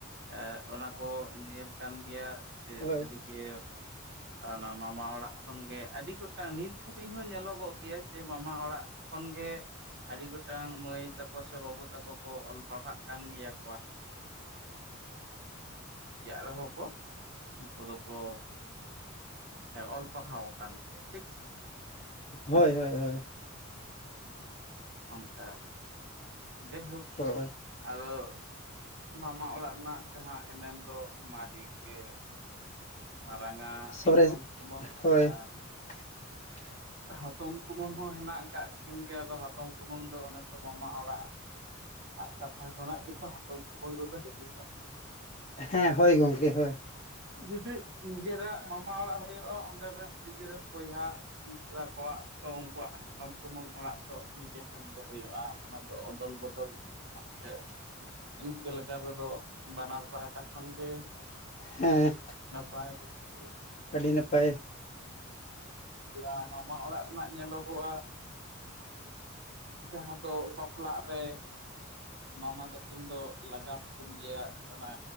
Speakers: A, on the right; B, on the left.
A: ᱮ ᱚᱱᱟ ᱠᱚ ᱧᱮᱞ ᱠᱟᱱ ᱜᱮᱭᱟ ᱡᱮ
B: ᱦᱳᱭ
A: ᱥᱟᱹᱨᱤᱜᱮ ᱚᱱᱟ ᱢᱟᱢᱟ ᱚᱲᱟᱜ ᱠᱷᱚᱱᱜᱮ ᱟᱹᱰᱤ ᱜᱚᱴᱟᱝ ᱱᱤᱛ ᱫᱷᱟᱹᱵᱤᱡ ᱦᱚᱸ ᱧᱮᱞᱚᱜᱚᱜ ᱜᱮᱭᱟ ᱡᱮ ᱢᱟᱢᱟ ᱚᱲᱟᱜ ᱠᱷᱚᱱ ᱜᱮ ᱟᱹᱰᱤ ᱜᱚᱴᱟᱝ ᱢᱟᱹᱭ ᱛᱟᱠᱚ ᱥᱮ ᱵᱟᱹᱵᱩ ᱛᱟᱠᱚ ᱠᱚ ᱨᱮᱭᱟᱜ ᱨᱮᱦᱚᱸ ᱠᱚ ᱩᱱᱠᱩ ᱫᱚᱠᱚ ᱚᱞ ᱯᱟᱲᱦᱟᱣ ᱟᱠᱟᱱ ᱜᱮ ᱴᱷᱤᱠ ᱥᱮ
B: ᱦᱳᱭ ᱦᱳᱭ ᱦᱳᱭ
A: ᱚᱱᱠᱟ ᱡᱟᱭ ᱦᱩᱠ
B: ᱦᱳᱭ
A: ᱟᱫᱚ ᱢᱟᱢᱟ ᱚᱲᱟᱜ ᱨᱮᱱᱟᱜ ᱡᱟᱦᱟᱸ ᱮᱱᱮᱢ ᱫᱚ ᱢᱟᱞᱤᱠ ᱜᱮ ᱢᱟᱨᱟᱝ ᱟᱜ
B: ᱥᱚᱨᱮᱥ
A: ᱦᱟᱛᱚᱢ ᱠᱩᱢᱟᱹᱝ
B: ᱦᱳᱭ
A: ᱚᱞᱟᱜ
B: <inaudible>
A: ᱦᱟᱛᱚᱢ ᱠᱩᱢᱟᱹᱝ ᱦᱚᱸ ᱢᱮᱱᱟᱜ ᱠᱟᱜ ᱠᱤᱱ ᱜᱮᱭᱟ ᱟᱫᱚ ᱦᱟᱛᱚᱢ ᱠᱩᱢᱟᱹᱝ ᱫᱚ ᱚᱱᱮ ᱛᱮ ᱢᱟᱢᱟ ᱚᱲᱟᱜ ᱟ ᱠᱟᱛᱷᱟ ᱠᱷᱚᱱᱟᱜ ᱜᱮᱫᱚ ᱦᱟᱴᱚᱢ ᱠᱩᱢᱟᱹᱝ ᱨᱮᱫᱚ ᱦᱤᱡᱩᱜ-ᱟ᱾
B: ᱦᱮᱸ ᱦᱳᱭ ᱜᱚᱢᱠᱮ ᱦᱳᱭ
A: ᱡᱩᱫᱤ ᱱᱤᱡᱮᱨᱟᱜ ᱢᱟᱢᱟ ᱚᱲᱟᱜ ᱦᱩᱭᱩᱜᱼᱟ ᱚᱸᱰᱮ ᱨᱮᱱ ᱱᱤᱡᱮᱨᱮᱱ ᱵᱚᱭᱦᱟ ᱢᱤᱥᱨᱟ ᱠᱚᱣᱟᱜ ᱠᱚ ᱩᱱᱠᱩᱣᱟᱜ ᱦᱟᱛᱚᱢ ᱠᱩᱢᱟᱹᱝ ᱚᱲᱟᱜ ᱫᱚ ᱱᱤᱡᱮ ᱴᱷᱮᱱ ᱜᱮ ᱦᱩᱭᱩᱜᱼᱟ ᱚᱱᱟ ᱫᱚ ᱚᱫᱚᱞ ᱵᱚᱫᱚᱞ
B: <inaudible>
A: ᱥᱮ ᱤᱱᱠᱟᱹ ᱞᱮᱠᱟ ᱛᱮᱫᱚ ᱵᱟᱱᱟᱨ ᱯᱟᱦᱴᱟ ᱠᱷᱚᱱᱜᱮ
B: ᱦᱮᱸ
A: <unintelligible>
B: ᱟᱹᱰᱤ ᱱᱟᱯᱟᱭ
A: ᱤᱼᱟ ᱢᱟᱢᱟ ᱚᱲᱟᱜ ᱨᱮᱱᱟᱜ ᱧᱮᱞᱚᱜᱼᱟ ᱡᱟᱦᱟᱸ ᱫᱚ ᱵᱟᱯᱞᱟᱜ ᱨᱮ ᱢᱟᱢᱟ ᱛᱟᱹᱠᱤᱱ ᱫᱚ ᱞᱟᱜᱟᱣ ᱦᱚᱠᱤᱱ ᱜᱮᱭᱟ ᱚᱱᱟ